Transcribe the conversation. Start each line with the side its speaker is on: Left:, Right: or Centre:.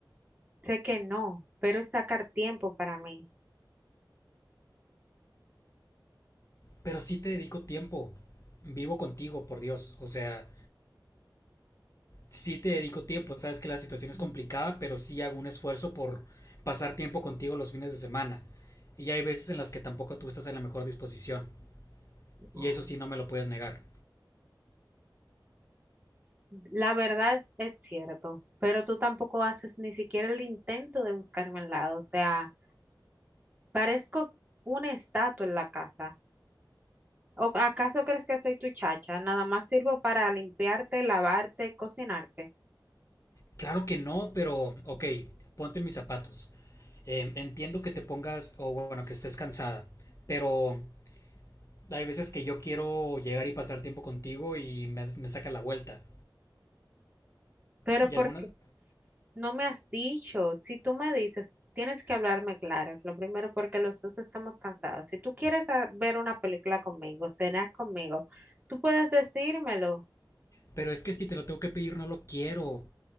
Right: Sé que no, pero es sacar tiempo para mí.
Left: Pero sí te dedico tiempo. Vivo contigo, por Dios. O sea, sí te dedico tiempo. Sabes que la situación es complicada, pero sí hago un esfuerzo por pasar tiempo contigo los fines de semana. Y hay veces en las que tampoco tú estás en la mejor disposición.
Right: No,
Left: Y eso sí no me lo puedes negar.
Right: La verdad es cierto, pero tú tampoco haces ni siquiera el intento de buscarme al lado. O sea, parezco una estatua en la casa. ¿O acaso crees que soy tu chacha? Nada más sirvo para limpiarte, lavarte, cocinarte.
Left: Claro que no, pero ok, ponte mis zapatos. Eh, entiendo que te pongas, o bueno, que estés cansada, pero hay veces que yo quiero llegar y pasar tiempo contigo y me, me saca la vuelta.
Right: Pero
Left: ¿Y
Right: porque
Left: alguna?
Right: no me has dicho, si tú me dices, tienes que hablarme claro. Es lo primero porque los dos estamos cansados. Si tú quieres ah, ver una película conmigo, cenar conmigo, tú puedes decírmelo.
Left: Pero es que si te lo tengo que pedir, no lo quiero.